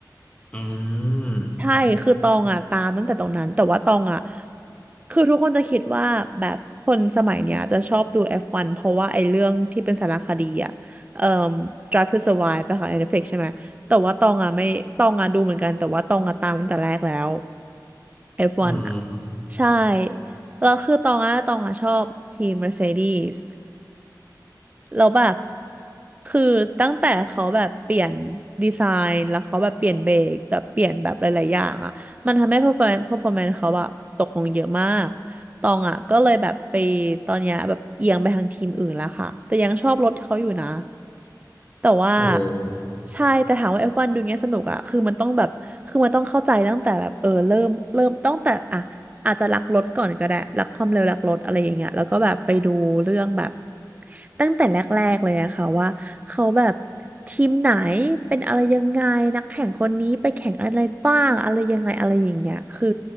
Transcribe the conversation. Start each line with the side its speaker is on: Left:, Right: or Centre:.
Left: อืม
Right: ใช่ คือตองอ่ะตามตั้งแต่ตรงนั้น แต่ว่าตองอ่ะคือทุกคนจะคิดว่าแบบคนสมัยเนี้ยจะชอบดู F1 เพราะว่าไอ้เรื่องที่เป็นสารคดีอ่ะเอ่อ Drive to Survive ไปค่ะใน Netflix ใช่ไหม แต่ว่าตองอ่ะไม่ตองอ่ะดูเหมือนกัน แต่ว่าตองอ่ะตามตั้งแต่แรกแล้ว F1
Left: อืม
Right: อฟวันอ่ะใช่ แล้วคือตองอ่ะตองอ่ะชอบทีม Mercedes แล้วแบบคือตั้งแต่เขาแบบเปลี่ยนดีไซน์แล้วเขาแบบเปลี่ยนเบรกแบบเปลี่ยนแบบหลายๆอย่างอ่ะมันทำให้ performance performance เขาแบบตกลงเยอะมากตองอ่ะก็เลยแบบไปตอนเนี้ยแบบเอียงไปทางทีมอื่นแล้วค่ะแต่ยังชอบรถเขาอยู่นะ แต่ว่า
Left: โอ้
Right: ใช่แต่ถามว่าเอฟวันดูเงี้ยสนุกอะคือมันต้องแบบคือมันต้องเข้าใจตั้งแต่แบบเออเริ่มเริ่มตั้งแต่อะอาจจะรักรถก่อนก็ได้รักความเร็วรักรถอะไรอย่างเงี้ยแล้วก็แบบไปดูเรื่องแบบตั้งแต่แรกๆเลยอะค่ะว่าเขาแบบทีมไหนเป็นอะไรยังไงนักแข่งคนนี้ไปแข่งอะไรบ้างอะไรยังไงอะไรอย่างเงี้ยคือ